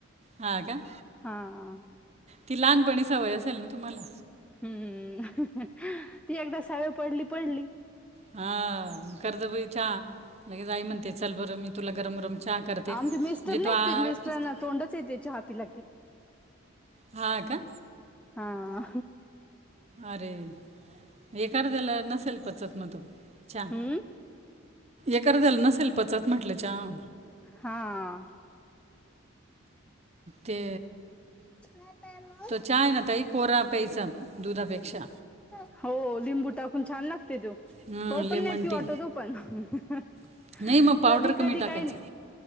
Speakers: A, on the right; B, in the centre.
A: हां का
B: हा,
A: ती लहानपणी सवय असेल ना तुम्हाला?
B: हम्म,,, ती एकदा सवय पडली, पडली.
A: हा,, कर ग बई चहा. लगेच आई म्हणते, चल बरं मी तुला गरम गरम चहा करते,,
B: आमचे मिस्टर
A: म्हणजे
B: नाहीत
A: तूऽ
B: पीत मिस्टरांना तोंडच येतेय चहा पिला की.
A: हा का,,
B: हा,,
A: अरे एकाद्याला नसेल पचत मग तो चहा.
B: हम्म
A: एकरद्याला नसेल पचत म्हटलं चहा.
B: हां,,
A: ते
B: हा म, मार
A: तो चहा आहे ना ताई कोरा प्यायचा दुधापेक्षा
B: <inaudible> हो,, लिंबू टाकून छान लागते तो,,
A: हां
B: तो
A: लेमन
B: पण नाही पिऊ
A: टी
B: वाटत, तो पण.
A: नाही मग पावडर
B: कधी
A: कमी
B: कधी
A: टाकायचा
B: काही नाही,,